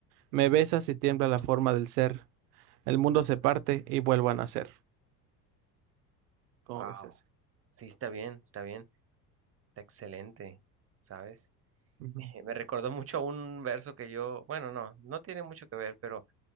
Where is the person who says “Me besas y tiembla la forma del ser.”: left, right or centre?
Right